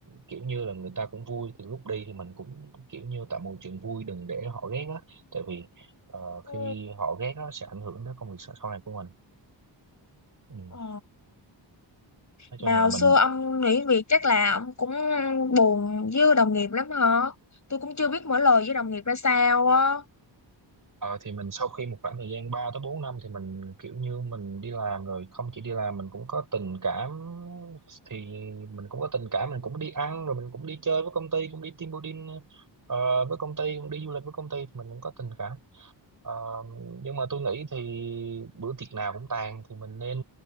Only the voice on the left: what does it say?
Ừ.
ờ
Mà
hồi
xưa ông nghỉ việc chắc là ông cũng buồn với đồng nghiệp lắm hả? Tôi cũng chưa biết mở lời với đồng nghiệp ra sao á.